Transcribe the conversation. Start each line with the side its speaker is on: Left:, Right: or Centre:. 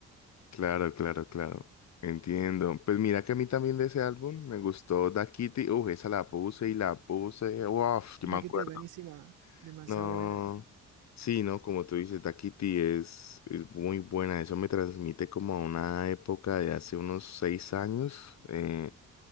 Left: Claro, claro, claro, entiendo. Pues mira que a mí también de ese álbum me gustó Da Kitty, uff, esa la puse y la puse, uff, yo
Right: Bucket
Left: me acuerdo.
Right: es buenísima, demasiado
Left: No,
Right: buena.
Left: sí, no, como tú dices, Daquiti es, es muy buena. Eso me transmite como a una época de hace unos seis años eh,